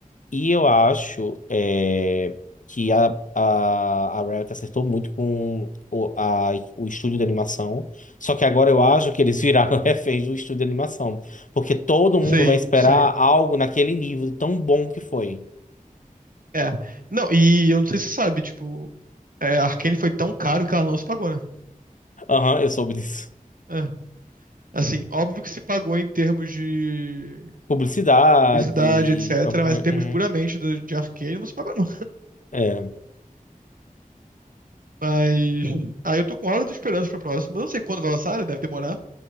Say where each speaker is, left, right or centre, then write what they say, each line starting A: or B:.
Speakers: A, on the left (about 60°); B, on the right (about 70°).
A: E eu acho eh, que a, a, a Riot acertou muito com o, a, o estúdio de animação. Só que agora eu acho que eles viraram <laughs> reféns do estúdio de animação. Porque todo
B: Sim,
A: mundo vai esperar
B: sim.
A: algo naquele nível tão bom que foi.
B: É. Não, e eu não sei se você sabe, tipo, é, a Arcane foi tão caro que ela não se pagou, né?
A: Aham, eu soube disso
B: É. Assim, óbvio que se pagou em termos de
A: Publicidade,
B: publicidade, etc.,
A: campanha.
B: mas em termos puramente
A: uhum.
B: do- de Arcane não se pagou, não.
A: É.
B: Mas. <laughs> Aí eu tô com alta esperança pra próxima. Eu não sei quando vai lançar, né? Deve demorar.